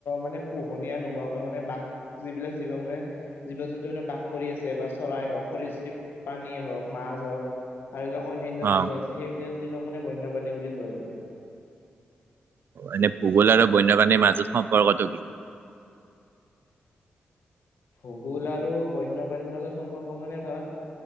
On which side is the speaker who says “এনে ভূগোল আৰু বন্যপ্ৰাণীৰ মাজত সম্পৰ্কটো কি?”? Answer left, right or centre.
Right